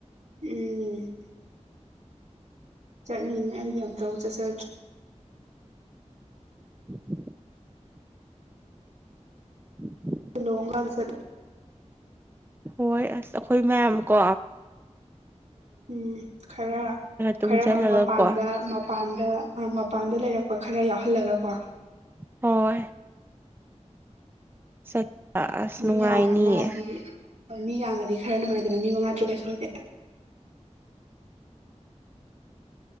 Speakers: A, on the right; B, on the right.
A: ꯎꯝ ꯆꯠꯅꯤꯡꯉꯦ ꯑꯩꯗꯤ ꯑꯝꯇꯕꯨ ꯆꯠꯆꯗ꯭ꯔꯤ
B: <unintelligible> ꯎꯝ <unintelligible>
A: ꯂꯤꯂꯣꯡꯒꯥꯗꯨ ꯆꯠ
B: ꯍꯣꯏ ꯑꯁ ꯑꯩꯈꯣꯏ ꯃꯌꯥꯝ ꯀꯣ
A: ꯎꯝ ꯈꯔ
B: ꯇꯨꯡꯁꯤꯜꯂꯒ
A: ꯈꯔ ꯃꯄꯥꯟꯗ
B: ꯀꯣ
A: ꯃꯄꯥꯟꯗ ꯃꯄꯥꯟꯗ ꯂꯩꯔꯛꯄ ꯈꯔ ꯌꯥꯎꯍꯜꯂꯒꯀꯣ
B: ꯍꯣꯏ ꯆꯠꯄ ꯑꯁ
A: ꯃꯤ
B: ꯅꯨꯡꯉꯥꯏꯅꯤꯌꯦ
A: ꯌꯥꯝꯅꯗꯤ ꯍꯣꯏ ꯃꯤ ꯌꯥꯝꯃꯗꯤ ꯈꯔ ꯅꯨꯡꯉꯥꯏꯗꯅ ꯃꯪꯉꯥ ꯇꯔꯨꯛ ꯀꯥ ꯁꯨꯔꯗꯤ